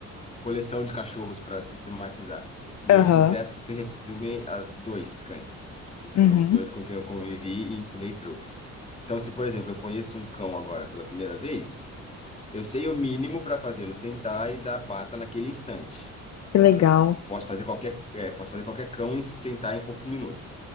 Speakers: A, on the left; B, on the left.
A: coleção de cachorros para sistematizar. Meu
B: aham,
A: sucesso se resume a dois cães, que foram
B: uhum.
A: os dois com quem eu convivi e ensinei truques. Então, se, por exemplo, eu conheço um cão agora pela primeira vez, Eu sei o mínimo para fazê-lo sentar e dar a pata naquele instante.
B: Que
A: Então,
B: legal.
A: eu posso fazer qualquer, é, posso fazer qualquer cão e sentar em poucos minutos.